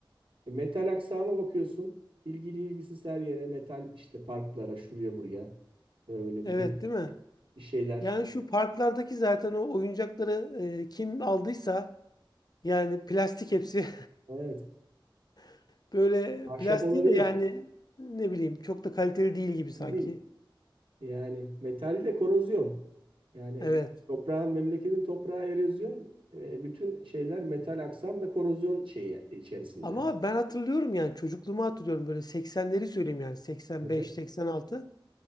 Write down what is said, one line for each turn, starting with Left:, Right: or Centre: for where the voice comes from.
Right: E, metal aksama bakıyorsun. İlgili ilgisiz her yere metal işte parklara, şuraya buraya. Böyle
Left: Evet
Right: bir de
Left: değil mi?
Right: bir şeyler.
Left: Yani şu parklardaki zaten o oyuncakları e, kim aldıysa yani plastik hepsi
Right: Evet.
Left: <laughs> böyle
Right: Ahşap
Left: plastiği
Right: olabilir.
Left: de yani ne bileyim çok da kaliteli değil gibi sanki.
Right: Öyle değil. Yani metal de korozyon. Yani
Left: Evet.
Right: toprağın memleketin toprağı erozyon, e, bütün şeyler metal aksam da korozyon şeyi içerisinde.
Left: Ama ben hatırlıyorum yani çocukluğumu hatırlıyorum böyle 80'leri söyleyeyim yani 85,
Right: Evet.
Left: 86.